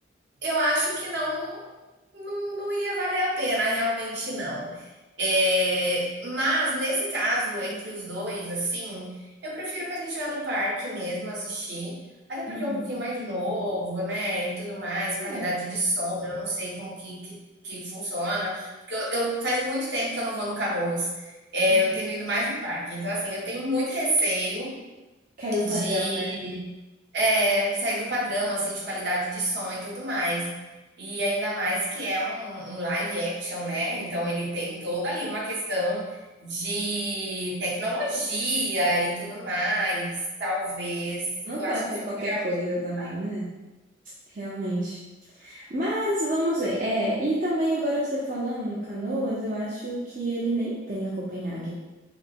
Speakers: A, on the right; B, on the right.
A: eu acho que não, não, não ia valer a pena, realmente não. É, mas nesse caso, entre os dois, assim, eu prefiro que a gente vá no parque mesmo assistir, até porque
B: Uhum.
A: é um pouquinho mais novo, né? E tudo mais, qualidade
B: É.
A: de som, eu não sei como que, que, que funciona, porque eu, eu- faz muito tempo que eu não vou no Canoas. É,
B: Hum.
A: eu tenho ido mais no parque, então assim, eu tenho muito receio
B: Caiu o
A: de
B: padrão, né?
A: é sair do padrão, assim, de qualidade de som e tudo mais. E ainda mais que é um, um live action, né? Então ele tem toda ali uma questão de tecnologia e tudo mais. Talvez
B: Não
A: eu
B: pode
A: acho que
B: ser
A: fique
B: qualquer
A: melhor
B: coisa
A: pra gente.
B: também, né? Realmente. Mas vamos ver. É, e também agora você falando no Canoas, eu acho que ele nem tem a Copenhague,